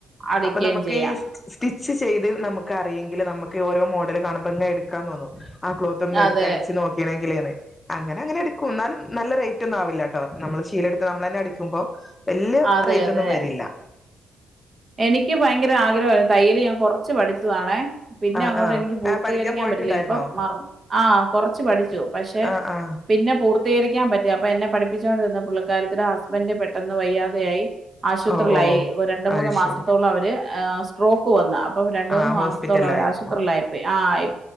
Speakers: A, on the right; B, on the left.
A: അടിക്കുകയും
B: അപ്പൊ നമുക്കീ
A: ചെയ്യാം
B: സ്റ്റിച് സ്റ്റിച് ചെയ്ത് നമുക്കറിയേങ്കിൽ നമുക്ക് ഓരോ മോഡൽ കാണുമ്പോങ്ങനെടുക്കാൻ തോന്നും. ആ ക്ലോത്തെന്ന്
A: അതെ
B: എടുത്ത് അടിച്ചു നോക്ക് <unintelligible> അങ്ങനങ്ങാനേട്ക്കും ന്നാലും നല്ല റേറ്റോന്നാവൂലട്ടോ നമ്മള് ശീലെടുത്തമ്മളെന്നടിക്കുമ്പോ. വല്യ
A: അതെ
B: റേറ്റ്
A: അതെ
B: ഒന്നും വരില്ല.
A: എനിക്ക് ഭയങ്കര ആഗ്രഹമായിരുന്നു തയ്യൽ ഞാൻ കുറച്ച് പഠിച്ചതാണേ. പിന്നെ
B: ആ
A: അങ്ങോട്ട്
B: ആ
A: എനിക്ക് പൂർത്തീകരിക്കാൻ
B: ആ പഠിക്കാൻ പോയിട്ടുണ്ടായിരുന്നോ
A: പറ്റില്ല ഇപ്പം മറ ആ കൊറച്ച് പഠിച്ച പക്ഷെ
B: ആ ആ
A: പിന്നെ പൂർ തേരി <unintelligible> അപ്പൊ എന്നെ പഠപ്പിച്ചൊണ്ടരുന്ന പുള്ള അക്കാര്യത്തില ഹസ്ബൻഡ പെട്ടെന്ന് വയ്യാതെയായി, ആശുപത്രിയിലായി
B: ഓ ഓ
A: ഒരു രണ്ട മൂന്ന്
B: അത്
A: മാസം.
B: ശരി
A: മാസത്തോളം അവര് ആ് സ്ട്രോക്ക് വന്ന അപ്പൊ രണ്ട
B: ആ
A: മൂന്ന്
B: ഹോസ്പിറ്റലായിട്ടോ
A: മാസത്തോളം അവര് ആശുപരിൽ ആയിപ്പോയി, ആ ആയി